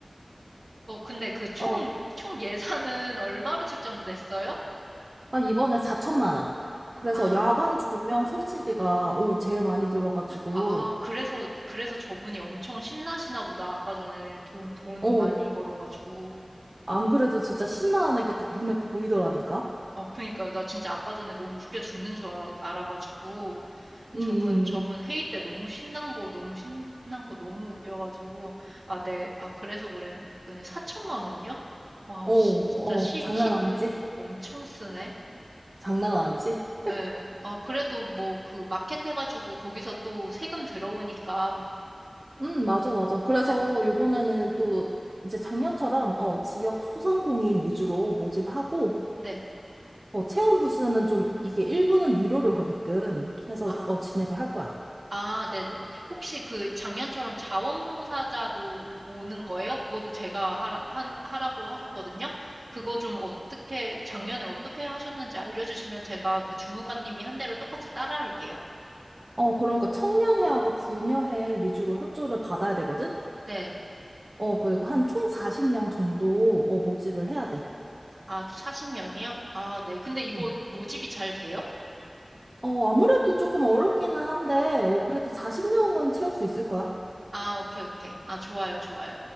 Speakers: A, on the right; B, on the right.
A: 어, 근데 그 총,
B: 어,
A: 총 예산은 얼마로 책정됐어요?
B: 아, 이번에 4천만 원. 그래서
A: 아,
B: 야간 조명 설치비가, 어, 제일 많이 들어가지고,
A: 아, 그래서, 그래서 저분이 엄청 신나시나 보다. 아까 전에 돈, 돈
B: 어,
A: 많이 벌어가지고.
B: 안 그래도 진짜 신나는 게 딱 눈에 보이더라니까?
A: 아, 그니까요. 나 진짜 아까 전에 너무 웃겨 죽는 줄 알아, 알아가지고.
B: 응,
A: 저분,
B: 응.
A: 저분 회의 때 너무 신난 거, 너무 신난 거 너무 웃겨가지고. 아, 네. 아, 그래서 그래. 4천만 원이요? 와,
B: 어,
A: 씨, 진짜
B: 어,
A: 시,
B: 장난
A: 시
B: 아니지?
A: 돈 엄청 쓰네.
B: 장난 아니지?
A: 예. 아, 그래도 뭐 그 마켓 해가지고 거기서 또 세금 들어오니까.
B: 음, 맞아, 맞아. 그래서
A: 예,
B: 요번에는 또 이제 작년처럼 어, 지역 소상공인 위주로 모집하고
A: 네.
B: 어, 체험 부스는 좀 이게 일부는 유료로 하게끔 해서
A: 아,
B: 어, 진행을 할 거야.
A: 아, 네네네. 혹시 그 작년처럼 자원봉사자도 오, 오는 거예요? 그것도 제가 하라, 하는- 하라고 하셨거든요. 그거 좀 어떻게, 작년에 어떻게 하셨는지 알려주시면 제가 그 주무관님이 한 대로 똑같이 따라 할게요.
B: 어, 그러니까 청년회하고 부녀회 위주로 협조를 받아야 되거든?
A: 네.
B: 어, 그리고 한 총 40명 정도 어, 모집을 해야 돼.
A: 아, 40명이요? 아, 네. 근데 이거
B: 음.
A: 모집이 잘 돼요?
B: 어, 아무래도 조금 어렵기는 한데, 어, 그래도 40명은 채울 수 있을 거야.
A: 아, 오케이, 오케이. 아, 좋아요, 좋아요.